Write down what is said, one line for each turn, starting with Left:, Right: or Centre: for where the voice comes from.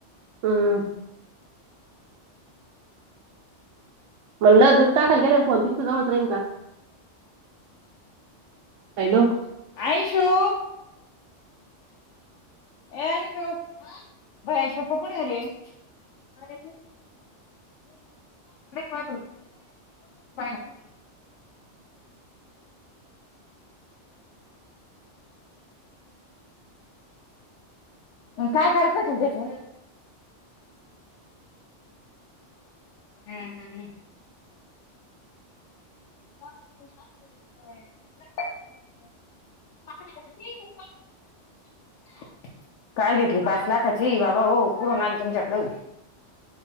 Right: हम. म्हणलं दूध टाकायल गेल, फोन च सुद्धा रिंग हॅलो.
Left: आयशो. ये आयश्यु भैयाचे पप्पा कुठे गेले रे. कडे पा <unintelligible> काय करयचं असल त्याच. हम्म, हम. हम. <unintelligible> <unintelligible> काय घेतली, पाच लाखाची बाबा हो कुठन आली तुमच्याकड.